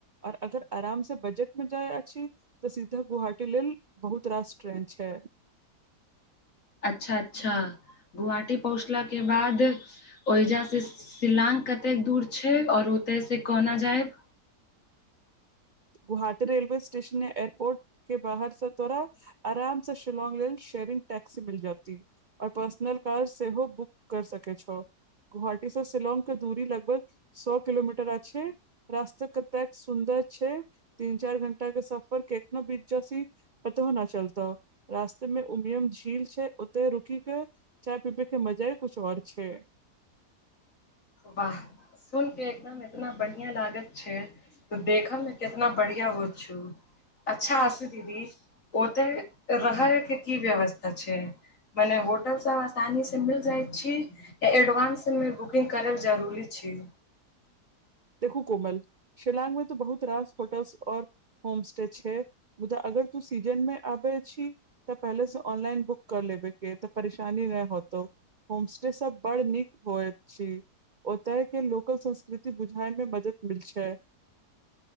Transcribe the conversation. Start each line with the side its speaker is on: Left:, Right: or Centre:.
Right: और अगर आराम से बजट मे जाय अछि तऽ सीधा गुहाटी लेल बहुत रास ट्रेन छै
Left: अच्छा अच्छा गुवहाटी पहुँचला के बाद ओहिजा से शिलांग कते दूर छै और ओते से कोना जायब
Right: गुहाटी रेलवे स्टेशन एयरपोर्ट के बाहर से तोरा आराम से शिलौंग लेल शेयरिंग टैसी मिल जाती और पर्सनल कार सेहो बुक कर सकै छौ गुहाटी से शिलोंग के दूरी लगभग सए किलोमीटर अछि रास्ता कतेक सुन्दर छै तीन चारि घंटा के सफर कखनो बीच जसी पतो न चलता रास्ते में उमियम झील छै ओते रुकी के चाय पीबै के मजा ह कुछ आओर छै
Left: वाह सुन के एकदम एतना बढ़िया लागत छै तऽ देखब ने कितना बढ़िया होछू अच्छा हसू दीदी ओते रहै के की व्यवस्था छै मने होटल सब आसानी से मिल जाय छी या एडवानंस मे बुकिंग करैल जरूरी छै
Right: देखू कोमल शिलांग में त बहुत रास होटल्स औ होम एस्टे छै ब अगर तू सीजन मे आबै छी तऽ पहिले से ऑनलाइन बुक कर लेबे कय तऽ परेशानी नहि होतौ होम एस्टे सब बड़ नीक होइत छी ओतय के लोकल संस्कृति बुझय मे मदद मिल छै